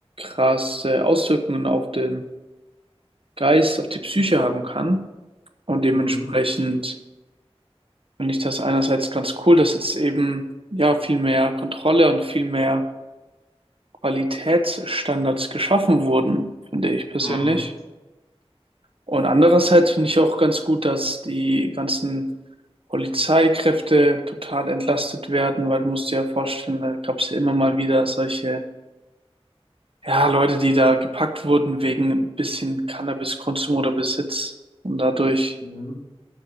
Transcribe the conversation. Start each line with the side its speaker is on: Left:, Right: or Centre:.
Right: krasse Auswirkungen auf den Geist auf die Psyche haben kann. Und dementsprechend
Left: Mhm.
Right: finde ich das einerseits ganz cool, dass jetzt eben ja viel mehr Kontrolle und viel mehr Qualitätsstandards geschaffen wurden, finde ich persönlich.
Left: Mhm.
Right: Und andererseits finde ich auch ganz gut, dass die ganzen Polizeikräfte total entlastet werden, weil du musst dir ja vorstellen, da gab es ja immer mal wieder solche, ja, Leute, die da gepackt wurden wegen ein bisschen Cannabiskonsum oder Besitz. Und dadurch
Left: Mhm.